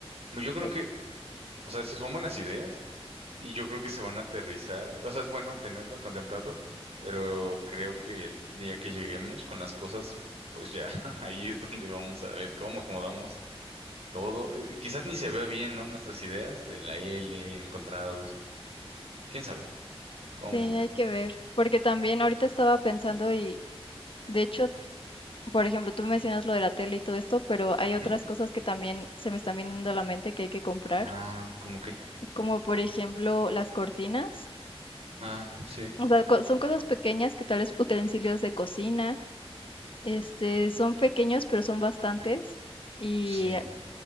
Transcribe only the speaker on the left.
Pues
sí, hay que ver. Porque también ahorita estaba pensando y de hecho, por ejemplo, tú mencionas lo de la tele y todo esto, pero hay
otras cosas que también se me están viniendo a la mente que hay que comprar.
como por ejemplo las cortinas.
O sea, co- son cosas pequeñas que tal vez utensilios de cocina, este, son pequeños, pero son bastantes y,